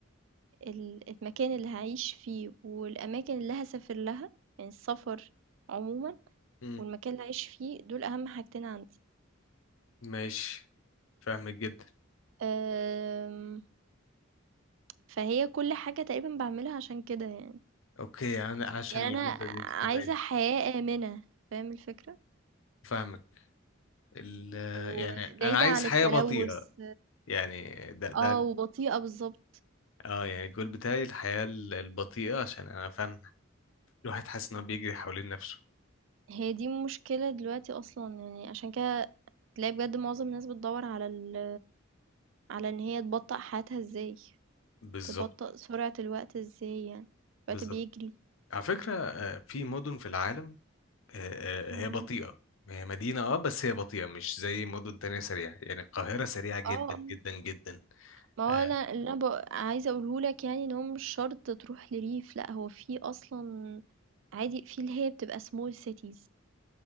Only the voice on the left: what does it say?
مم.
ماشي فاهمك جدا
اوكي انا عشان
الجودة
دي انت
تبعد
فاهمك ال
يعني انا عايز
حياة
بطيئة يعني ده ده
ال-
اه يعني الجول بتاعي الحياة ال- البطيئة عشان انا فاهم الواحد حاسس انه بيجري حوالين نفسه
بالظبط
بالظبط
على فكرة آه، في مدن في العالم آه،
آه، هي بطيئة هي مدينة اه بس هي بطيئة مش زي مدن تانية سريعة يعني القاهرة سريعة جدا
جدا جدا
آه،